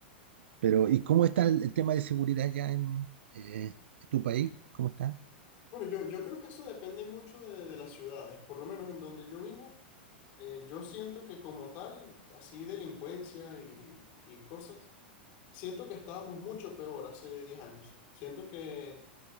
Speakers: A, on the right; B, on the left.
A: Pero, ¿y cómo está el, el tema de seguridad ya en, eh, en tu país? ¿Cómo está?
B: Bueno, yo, yo creo que eso depende mucho de, de las ciudades, por lo menos en donde yo vivo. eh, yo siento que como tal, así delincuencia y, y cosas, siento que estábamos mucho peor hace 10 años. Siento que,